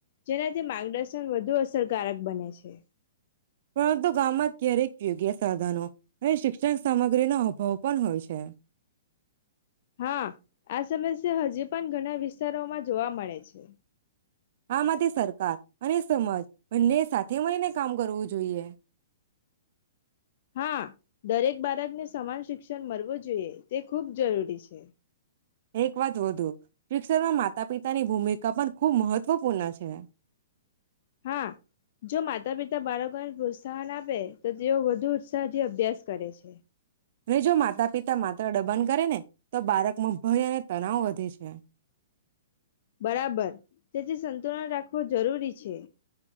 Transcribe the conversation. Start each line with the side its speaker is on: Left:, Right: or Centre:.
Left: જેનાથી માર્ગદર્શન વધુ અસરકારક બને છે.
Right: પરંતુ ગામમાં ક્યારેક યોગ્ય સાધનો અને શિક્ષણ સામગ્રીનો અભાવ પણ હોય છે.
Left: હા આ સમસ્યા હજી પણ ઘણા વિસ્તારોમાં જોવા મળે છે.
Right: આ માટે સરકાર અને સમાજ બંને સાથે મળીને કામ કરવું જોઈએ.
Left: હા દરેક બાળકને સમાન શિક્ષણ મળવું જોઈએ તે ખૂબ જરૂરી છે.
Right: એક વાત વધુ શિક્ષણમાં માતા પિતાની ભૂમિકા પણ ખૂબ મહત્વપૂર્ણ છે.
Left: હા જો માતા પિતા બાળકોને પ્રોત્સાહન આપે તો તેઓ વધુ ઉત્સાહથી અભ્યાસ કરે છે.
Right: હ જો માતા પિતા માત્ર ડબાન કરે ને તો બાળકમાં ભય અને તણવ વધે છે.
Left: બરાબર તેથી સંતુલન રાખવું જરૂરી છે.